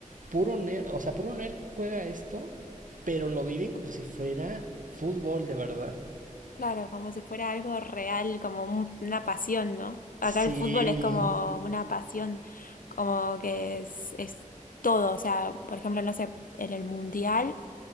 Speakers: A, on the right; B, on the left.
A: puro nerd, o sea, puro nerd juega esto pero lo viven como si fuera fútbol de verdad.
B: claro, como si fuera algo real, como un- una pasión, ¿no? Acá
A: Sí,
B: el fútbol es como una pasión, como que es, es todo, o sea, por ejemplo, no sé, en el mundial.